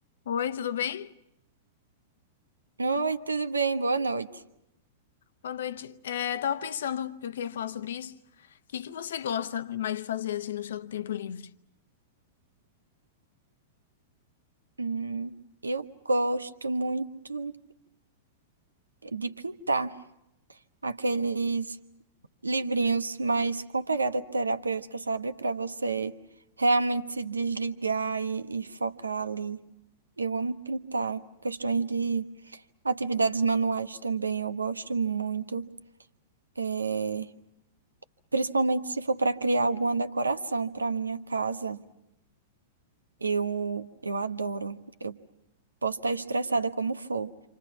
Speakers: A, on the left; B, on the right.
A: Oi, tudo bem?
B: Oi, tudo bem? Boa noite.
A: Boa noite. É, tava pensando que eu queria falar sobre isso. O que que você gosta mais de fazer assim no seu tempo livre?
B: Hum, eu gosto muito de pintar aqueles livrinhos, mas com pegada terapêutica, sabe? Para você realmente se desligar e, e focar ali. Eu amo pintar. Questões de atividades manuais também, eu gosto muito. É, principalmente se for para criar alguma decoração para minha casa, eu, eu adoro. Eu posso estar estressada como for.